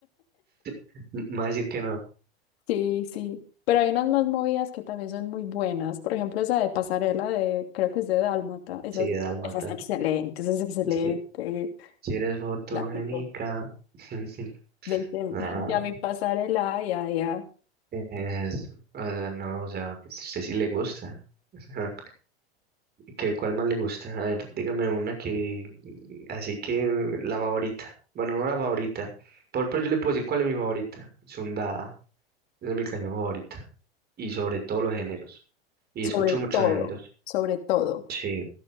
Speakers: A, on the right (about 30°); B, on the left (about 70°).
A: <laughs> me va a decir que no.
B: Sí, sí. Pero hay unas más movidas que también son muy buenas. Por ejemplo, esa de pasarela de, creo que es de Dálmata. Esa,
A: Sí,
B: es-
A: dálmata.
B: esa es excelente, esa es excelente.
A: Es que si eres fotogénica.
B: Clásico.
A: <laughs>
B: Vente,
A: nada
B: vente a mi pasarela, ya, ya.
A: es, o sea, no, o sea, que a usted sí le gusta. <laughs> Ajá. ¿Qué, cuál más le gusta? A ver, dígame una que, así que la favorita. Bueno, no la favorita. Por ejemplo, yo le puedo decir cuál es mi favorita. Sundada. Esa es mi cañón favorita. Y sobre todos los géneros. Y
B: Sobre
A: escucho muchos
B: todo,
A: géneros.
B: sobre todo.
A: Sí.